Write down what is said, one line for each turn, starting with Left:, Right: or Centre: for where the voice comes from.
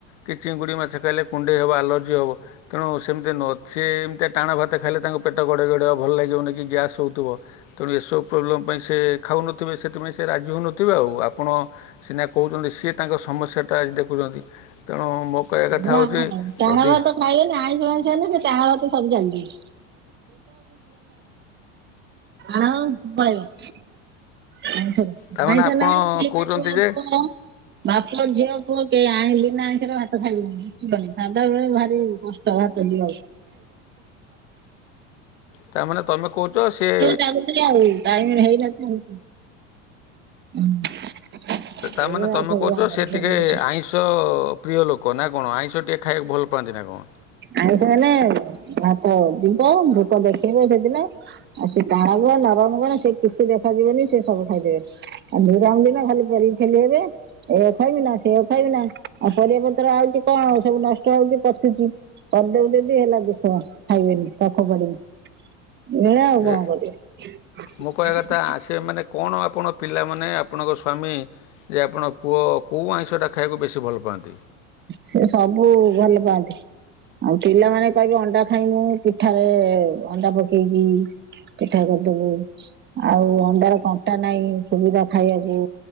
Left: କି ଚିଙ୍ଗୁଡି ମାଛ ଖାଇଲେ କୁଣ୍ଡେଇ ହେବ ଆଲର୍ଜି ହେବ। ତେଣୁ ସେମିତି ନୁହଁ ସେ ଏମିତିଆ ଟାଣ ଭାତ ଖାଇଲେ ତାଙ୍କ ପେଟ ଗଡେଇ ଗଡେଈ ହବ ଭଲ ଲାଗିବନି କି ଗ୍ୟାସ୍ ହଉଥିବ ତେଣୁ ଏସବୁ ପ୍ରୋବ୍ଲେମ୍ ପାଇଁ ସେ ଖାଉନଥି ଥିବେ ସେଥିପାଇଁ ସେ ରାଜି ହେଉନଥିବେ ଆଉ ଆପଣ ସିନା କହୁଚନ୍ତି ସିଏ ତାଙ୍କ ସମସ୍ୟାଟା ଆଜି ଦେଖୁଚନ୍ତି ତେଣୁ ମୋ କହିବା କଥା
Right: ଏ
Left: ହଉଚି
Right: ଆମ ନାଇଁ ଟାଣ
Left: ଯଦି
Right: ଭାତ ଖାଇବେନି ଆଇଁଷ ମାଇଁଷ ହେଲେ ସେ ଟାଣ ଭାତ ସବୁ ଚାଲିିଯିବ <inaudible> ଆଉ ପଳେଇବ। <unintelligible>
Left: ତାମାନେ ଆପଣ କହୁଛନ୍ତି ଯେ
Right: ବାପ ଝିଅ ପୁଅ କେହି ଆଇଁ ବିନା ଆଇଁଷରେ ଭାତ ଖାଇବେନି ରୁଚିବନି ସାଧାବେଳେ ଭାରି କଷ୍ ଷ୍ଟ ଭାତ ଯିବାକୁ।
Left: ତାମାନେ ତୁମେ କହୁଛ ସିଏ
Right: <unintelligible> <unintelligible> ରଖୁଚି ଆଉ <inaudible>
Left: ତ-ତାମାନେ
Right: ଏଇଭଳିଆ
Left: ତମେ
Right: ସବୁ
Left: କହୁଚ
Right: ଆମର
Left: ସେ
Right: ପରିବେଶ।
Left: ଟିକେ ଆଇଁଷ ପ୍ରିୟ ଲୋକ ନା କଣ ଆଇଁଷ ଟିକେ ଖାଇବାକୁ ଭଲ ପାଆନ୍ତି ନା କଣ?
Right: ଆଇଁଷ ହେନେ ଭାତ ଯିବ ଭୋକ ଦେଖେଇବ ସେଦିନେ। ଆଉ ସେ ଟାଣ କଁ ନରମ କଣ ସେ କିଛି ଦେଖାଯିବନି ସେ ସବୁ ଖାଇଦେବେ। ଆଉା ନିରାମ ଦିନ ଖାଲି କରିକି ଠେଲି ହେବେ। ଏୟାକୁ ଖାଇବି ନା ସେୟାକୁ ଖାଇବି ନା, ଆ ପରିବା ପତ୍ର ଆଉଚି କଣ ସବୁ ନଷ୍ଟ ହଉଚି ପଚୁଚି। କରିଦେବି ଯଦି ହେଲା ଦୋଷ ଖାଇବେନି ତାକୁ ଫୋପାଡିବି। ଏଭଳିଆ ଆଉ
Left: ଯେ
Right: କଣ କରିବ।
Left: ମୋ କହିବା କଥା ସେ ମାନେ କଣ ଆପଣ ପିଲାମାନେ ଆପଣଙ୍କ ସ୍ୱାମୀ ଯେ ଆପଣ ପୁଅ କୋଉ ଆଇଁଷଟା ଖାଇଆକୁ ବେଶୀ ଭଲ ପାଆନ୍ତି।
Right: ସେ ସବୁ ଭଲ ପାଆନ୍ତି। ଆଉ ପିଲାମାନେ କହିବେ ଅଣ୍ଡା ଖାଇମୁ ପିଠାରେ ଅଣ୍ଡା ପକେଇକି। ପିଠା କରିଦବୁ। ଆଉ ଅଣ୍ଡାର କଣ୍ଟା ନାଇଁ ସୁବିଧା ଖାଇଆକୁ।